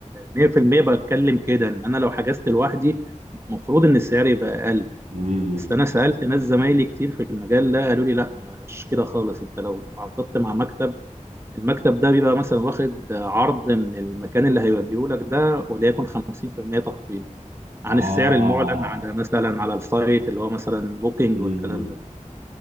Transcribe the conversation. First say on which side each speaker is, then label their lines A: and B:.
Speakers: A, on the right (about 20°); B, on the right (about 75°).
A: 100% بتكلم كده ان انا لو حجزت لوحدي المفروض ان السعر يبقى اقل
B: امم
A: بس انا سألت ناس زمايلي كتير في المجال ده قالوا لي لا مش كده خالص انت لو تعاقدت مع مكتب المكتب ده بيبقى مثلا واخد عرض من المكان اللي هيوديه لك ده وليكن 50% تخفيض عن
B: آه
A: السعر المعلن على مثلا على السايت اللي هو مثلا بوكينج
B: امم
A: والكلام ده